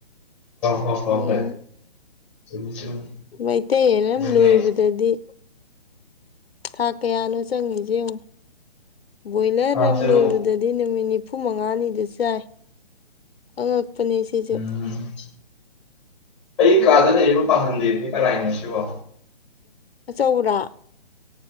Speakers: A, in the centre; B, on the left.
A: ꯍꯣ ꯍꯣ
B: ꯌꯦꯡꯉꯨ
A: ꯍꯣꯏ ꯆꯨꯝꯃꯤ ꯆꯨꯝꯃꯤ
B: ꯃꯩꯇꯩ ꯌꯦꯟ
A: ꯑꯗꯨꯅꯦ
B: ꯑꯝ ꯂꯣꯏꯕꯗꯗꯤ ꯊꯥ ꯀꯌꯥꯅꯣ ꯆꯪꯉꯤꯖꯦ ꯌꯦꯉꯨ ꯕꯣꯏꯂꯔ
A: ꯊꯥ
B: ꯑꯝ
A: ꯇꯔꯨꯛ
B: ꯂꯣꯏꯕꯗ ꯗꯤ ꯅꯨꯃꯤꯠ ꯅꯤꯐꯨ ꯃꯉꯥꯅꯤꯗ ꯆꯥꯏ ꯑꯉꯛꯄꯅꯤ ꯁꯤꯁꯨ
A: ꯎꯝ <inaudible> ꯑꯩ ꯀꯥꯗ ꯂꯩꯔꯤꯕ ꯄꯥꯡꯒꯟꯗꯦꯞ ꯀꯅꯥꯏꯅꯣ ꯁꯤꯕꯣ
B: ꯑꯆꯧꯕꯔ